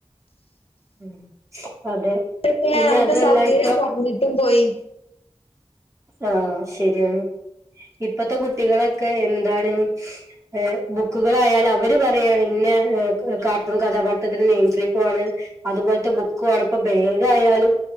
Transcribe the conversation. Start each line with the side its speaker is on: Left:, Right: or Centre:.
Right: <inaudible> ഹ്മ്മ് അതെ
Left: അപ്പൊക്കെ
Right: പിന്നെ
Left: നമ്മക്ക്
Right: അതുമല്ല
Left: സൗകര്യം
Right: ഇപ്പൊ
Left: കൊറഞ്ഞിട്ടും പോയി.
Right: ആഹ് ശെരിയാണ് ഇപ്പത്തെ കുട്ടികളൊക്കെ എ ന്താണ് ഏഹ് ബുക്കുകളായാലും അവര് പറയാ ഇന്ന കാർട്ടൂൺ കഥാപാ ഒത്തതിന് നെയിം സ്ലീപ്പ് ആണ് അതുപോലത്തെ ബുക്കുംആണ് ഇപ്പ ബേഗായാലും